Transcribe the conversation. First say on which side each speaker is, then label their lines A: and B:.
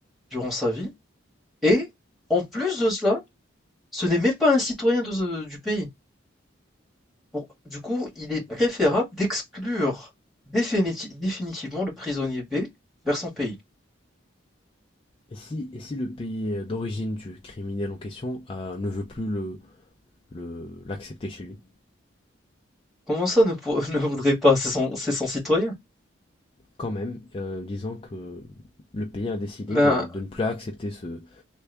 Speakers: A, in the centre; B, on the left (about 25°).
A: durant sa vie. Et en plus de cela, ce n'est même pas un citoyen de ce- du pays. Pour- du coup, il est préférable d'exclure définiti- définitivement le prisonnier B vers son pays.
B: Et si, et si le pays d'origine du criminel en question euh, ne veut plus le, le, l'accepter chez lui,
A: Comment ça ne, pour- <laughs> ne voudrait pas? C'est son, c'est son citoyen.
B: quand même, euh, disant que le pays a décidé
A: Ben,
B: de, de ne plus accepter ce,